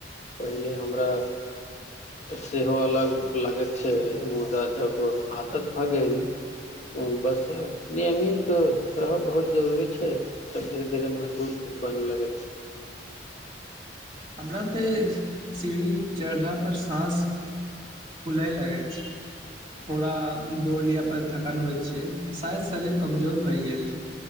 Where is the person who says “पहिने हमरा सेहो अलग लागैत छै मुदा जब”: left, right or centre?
Left